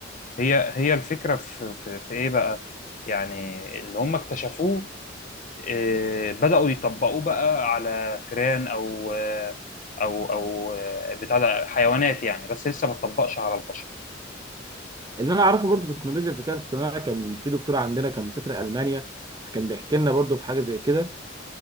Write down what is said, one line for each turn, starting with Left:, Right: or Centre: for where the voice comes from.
Left: هي هي الفكرة في في, في إيه بقى؟ يعني اللي هم اكتشفوه آه، بدأوا يطبقوه بقى على فئران أو آه، أو أو آه، بتاع ده حيوانات يعني بس لسه ما اتطبقش على البشر.
Right: اللي انا اعرفه برضو تكنولوجيا الذكاء الاصطناعي كان في دكتور عندنا كان مسافر المانيا كان بيحكي لنا برضو في حاجه زي كده